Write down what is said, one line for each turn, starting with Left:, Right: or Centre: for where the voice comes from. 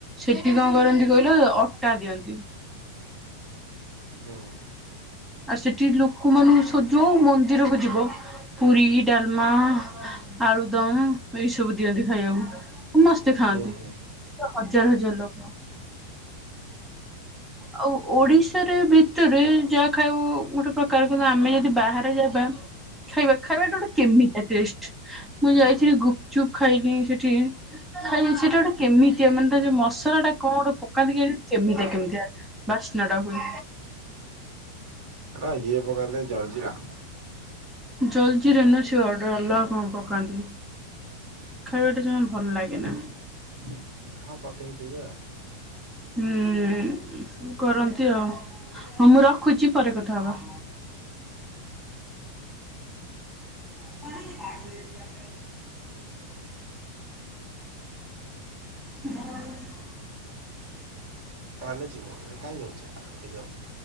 Centre: ସେଠି କଣ କରନ୍ତି କହିଲ ଅଟା ଦିଅନ୍ତି।
Right: ହୁଁ।
Centre: ଆଉ ସେଠି ଲୋକୋମାନଙ୍କ ସହ ଯୋଉ ମନ୍ଦିରକୁ ଯିବ ପୁରୀ, ଡାଲମା ଆଳୁ ଦମ୍ ଏଇ ସବୁ ଦିଅନ୍ତି ଖାଇବାକୁ ସମସ୍ତେ ଖାଆନ୍ତି।
Right: ହୁଁ ହୁଁ
Centre: ହଜାର ହଜାର ଲୋକ। ଆଉ ଓଡିଶାରେ ଭିତରେ ଯା ଖାଉ ଗୋଟେ ପ୍ରକାର କିନ୍ତୁ ଆମେ ଯଦି ବାହାରେ ଯିବା ଖାଇବା ଖାଇବାଟା ଗୋଟେ କେମିତି ଅଲଗା ଟେଷ୍ଟ୍। ମୁଁ ଯାଇଥିଲି ଗୁପଚୁପ୍ ଖାଇଲି ସେଠି ଖାଇ ସେଟା ଗୋଟେ କେମିତିଆ ମାନେ ତା ଯୋଉ ମସଲା ଟା କଣ ଗୋଟେ ପକାନ୍ତି କି କେମିତିଆ କେମିତିଆ ବାସ୍ନାଟା ହୁଏ।
Right: ହଁ ଇଏ ପଙ୍କାନ୍ତେ ଜଲଜିରା
Centre: ଜଲ୍ ଜିରା ନୁହଁ ସେ ଅର୍ଡ଼ର ଅଲଗା କଣ ପକାନ୍ତି। ଖାଇବାଟା ଜମା ଭଲ ଲାଗେନା
Right: <inaudible> କଣ ପକେଇଥିବେ ଆଉ
Centre: ହୁଁ ଉଁ କରନ୍ତି ଆଉ ହଁ ମୁଁ ରଖୁଛି ପରେ କଥା ହବା। <inaudible> <inaudible>
Right: ତାହେଲେ ଯିବ କାହିଁ ଯାଉଛ ଆଉ ଟିକେ ଯାଉ,